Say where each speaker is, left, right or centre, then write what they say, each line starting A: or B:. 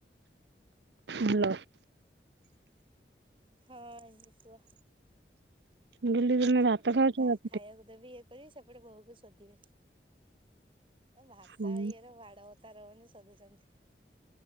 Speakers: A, on the right; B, on the right.
A: ଭଲ।
B: ହଁ ହେଇଥିବ।
A: ମୁଁ କହିଲି ତମେ ଭାତ
B: ଏପଟେ
A: ଖାଉଛ
B: ଖାଇବାକୁ
A: ରାତିରେ
B: ଦେବି ଇଏ କରି। ଏପଟେ ବୋଉ କୁ ଶୋଦିବେ ଏ ଭାଷା
A: ହୁଁ।
B: ଇଏର ବାଡ ବତା ରହୁନି। ଶୋଦୁଛନ୍ତି।